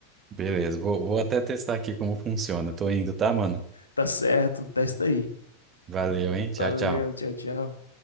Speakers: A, on the right; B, on the left.
A: Beleza, vou, vou até testar aqui como funciona. Tô indo, tá, mano?
B: Tá certo, testa aí.
A: Valeu, hein? Tchau,
B: Valeu,
A: tchau.
B: tchau, tchau.